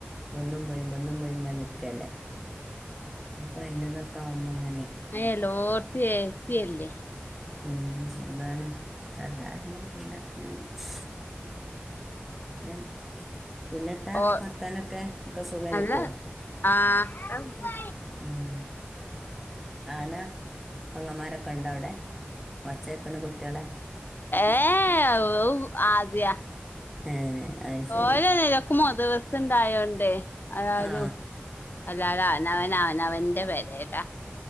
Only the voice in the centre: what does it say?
ബന്നും പോയും ബന്നും പോയി ഇങ്ങന നി ക്കല്ലേ അപ്പ അയ്ന്റതൊക്ക ആവുമ്പോ ങ്ങനെ
ഉം അതാണ് വല്ലാതെ <unintelligible> ഞാൻ പിന്നെ ത്താ
വർത്താനൊക്കെ ഒക്കെ സുഖാരിക്കോ
ഉം ആന പെങ്ങമ്മാരൊക്കെ ഇണ്ടോ അവ്ടെ ഒച്ചേ ക്ക്ണ് കുട്ട്യളെ
ഏ അത് ശരി
ആ